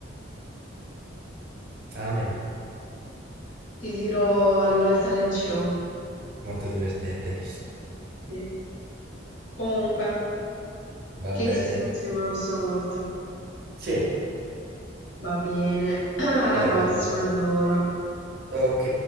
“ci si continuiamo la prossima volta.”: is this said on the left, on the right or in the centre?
Left